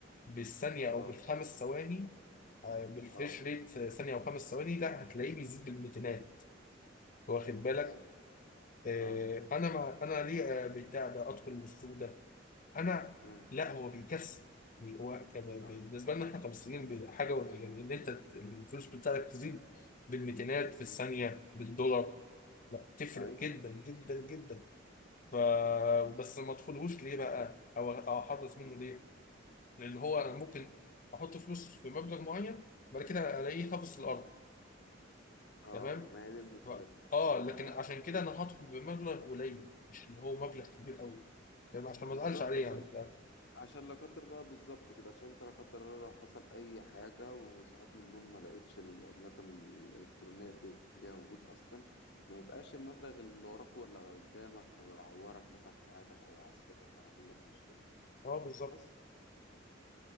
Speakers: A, on the left (about 45°); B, on the left (about 60°).
A: بالثانيه
B: اه
A: او بالخمس ثواني آه، بالفريش
B: اه
A: ريت آه، ثانيه او خمس ثواني لا هتلاقيه بيزيد بالميتينات واخد
B: ايوه
A: بالك
B: فعلا
A: آه،
B: اه
A: انا ما انا ليه آه، بتاع ده ادخل السوق ده انا
B: امم
A: لا هو بيكسب بي- هو كب-
B: اه
A: بالنسبه لنا احنا كمصريين بي- حاجه و- يعني ان انت ت- الفلوس بتاعتك تزيد بالميتينات في الثانيه
B: امم
A: بالدولار لا تفرق
B: ايوه
A: جدا جدا جدا ف
B: امم
A: بس ما ادخلهوش ليه بقى او أو احرص منه
B: امم
A: ليه لان هو
B: امم.
A: انا ممكن احط فلوس في مبلغ معين بعد كده الاقيه خافص الارض
B: اه
A: تمام
B: ما هي دي المشكله
A: ف... اه
B: هو
A: لكن عشان كده انا هدخل بمبلغ قليل مش اللي هو مبلغ كبير قوي فاهم؟ عشان
B: بالظبط
A: ما ازعلش عليه
B: عشان
A: يعني في الاخر
B: عشان لا قدر الله بالظبط كده عشان انت لا قدر الله لو حصل اي حاجه وصحيت من النوم ما لقيتش الاوردينات الالكترونيه دي ليها وجود اصلا ما يبقاش المبلغ اللي وراك ولا قدامك او يعورك مثلا في حياتك او يعسفك او يعمل لك مشكله يعني
A: اه بالظبط
B: بس